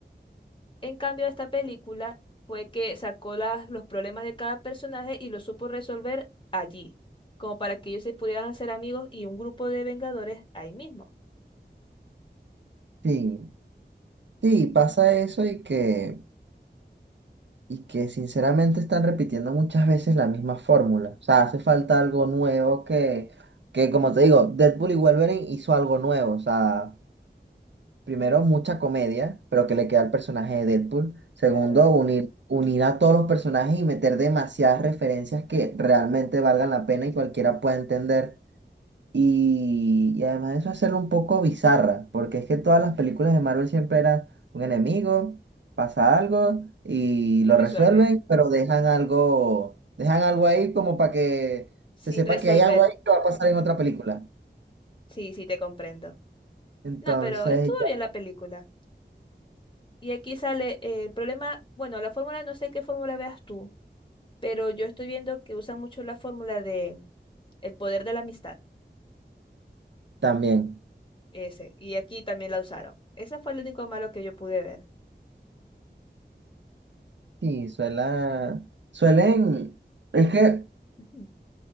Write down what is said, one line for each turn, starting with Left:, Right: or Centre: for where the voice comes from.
Left: En cambio, esta película fue que sacó las- los problemas de cada personaje y los supo resolver allí, como para que ellos se pudieran hacer amigos y un grupo de Vengadores ahí mismo.
Right: Sí, sí, pasa eso y que, y que sinceramente están repitiendo muchas veces la misma fórmula. O sea, hace falta algo nuevo que, que como te digo, Deadpool y Wolverine hizo algo nuevo, o sea. Primero, mucha comedia, pero que le queda al personaje de Deadpool. Segundo,
Left: Claro.
Right: unir, unir a todos los personajes y meter demasiadas referencias que realmente valgan la pena y cualquiera pueda entender. Y, y además de eso, hacerlo un poco bizarra, porque es que todas las películas de Marvel siempre eran un enemigo, pasa algo y
Left: Lo
Right: lo
Left: resuelven.
Right: resuelven, pero dejan algo, dejan algo ahí como para que
Left: Sin
Right: se sepa
Left: resolver.
Right: que hay algo ahí que va a pasar
Left: Ujú.
Right: en otra película.
Left: Sí, sí, te comprendo.
Right: Entonces,
Left: No, pero estuvo
Right: ya
Left: bien la película. Y aquí sale eh, el problema, bueno, la fórmula, no sé qué fórmula veas tú, pero yo estoy viendo que usan mucho la fórmula de el poder de la amistad,
Right: también.
Left: ese. Y aquí también la usaron. Ese fue el único malo que yo pude ver.
Right: Sí, suela, suelen, es que
Left: Ujú.